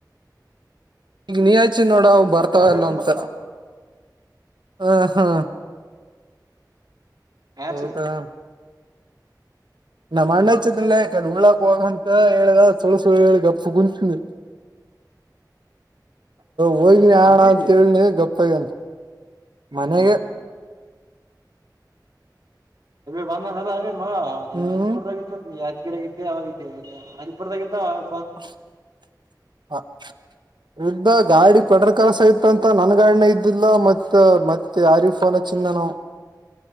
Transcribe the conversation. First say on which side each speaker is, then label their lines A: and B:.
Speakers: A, on the right; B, on the right.
A: ಈಗ ನೀ ಹಚ್ ಹಚ್ಚಿ ನೋಡ ಅವು ಬರ್ತಾವ
B: ಎಡ್ ಮಾಡಿದ್ರ
A: ಇಲ್ಲ ಅಂತ
B: ಬರ್ತಾವ
A: ಹ ಹಾ
B: ಯಾರ್ಸಿದ್ರ
A: ಹೌದಾ ನಮ್ಮ್ ಅಣ್ಣ ಅಚ್ಚದಲ್ಲ ಕಡೆ ಉಳ್ಳಾಕ ಹೋಗಮ ಅಂತ ಹೇಳದ ಸುಳು ಸುಳ್ಳು ಹೇಳಿ ಗಪ್ ಕುಂತಿನಿ.
B: <inaudible>
A: ಹೋಗ್ನ ಆಣ
B: ಎಲ್ಲಿದ್ದಿ
A: ಅಂತೇಳನಿ ಗಪ್ಪ ಅಗ್ಯಾನ ಮನೆಗೆ.
B: ಹ್ಮ್ ಅಭಿ ಬಂದನಿಲ್ಲ ಅಭಿ ಮಗ
A: ಹ್ಮ್
B: ಅಲಿಪುರ್ದಾಗ ಇದ್ದಾನಂತ ಯಾಡ ಅವಗಿದ್ದೆ ಅಳಿಪುರದಾಗ ಇದ್ದ ಅವ.
A: <inaudible> ಗಾಡಿ ಪೆಟ್ರೋಲ್ ಕಲಾಸ ಇತ ಅಂತ ನನ್ ಗಾಡಿನ ಇದ್ದಿದಿಲ್ಲ ಮತ್ತ ಮತ್ತೆ ಯಾರಿಗೆ ಫೋನ ಅಚ್ಚಿಂದವ ನಾನು